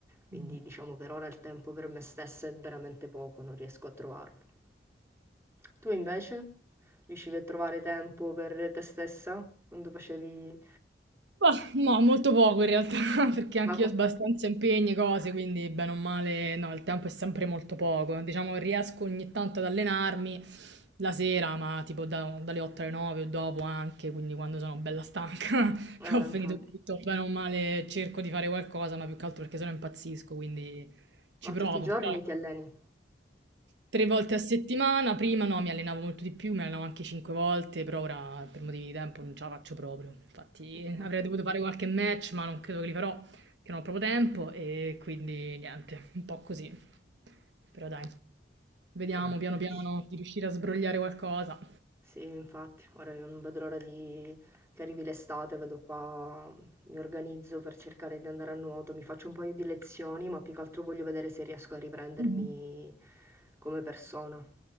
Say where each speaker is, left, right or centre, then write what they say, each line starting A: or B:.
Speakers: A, on the right (about 15°); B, on the right (about 80°).
A: Quindi
B: Mm.
A: diciamo per ora il tempo per me stessa è veramente poco, non riesco a trovarlo. Tu invece? Riuscivi a trovare tempo per te stessa? Quando facevi...
B: Mah, no, molto poco in realtà, <laughs> perché anch'io
A: Ma, co-
B: ho abbastanza impegni, cose, quindi bene o male, no, il tempo è sempre molto poco. Diciamo che riesco ogni tanto ad allenarmi, la sera, ma tipo da- dalle 8 alle 9 o dopo anche, quindi quando sono bella stanca, <laughs>
A: eh,
B: che ho finito
A: infatti.
B: tutto bene o male, cerco di fare qualcosa, ma più che altro perché sennò impazzisco, quindi
A: Ma
B: ci provo.
A: tutti i giorni
B: Però ecco,
A: ti alleni?
B: Tre volte a settimana, prima no, mi allenavo molto di più, mi allenavo anche cinque volte, però ora per motivi di tempo non ce la faccio proprio. Infatti
A: Eh,
B: avrei dovuto fare qualche match, ma non credo che li farò, perché non ho proprio tempo e quindi niente, un po' così. Però dai, vediamo
A: vabbè,
B: piano piano
A: eh sì.
B: di riuscire a sbrogliare qualcosa.
A: Sì, infatti, ora io non vedo l'ora di... che arrivi l'estate, vedo qua, mi organizzo per cercare di andare a nuoto, mi faccio un paio di lezioni, ma più che altro voglio vedere se riesco a riprendermi
B: Mhm.
A: come persona.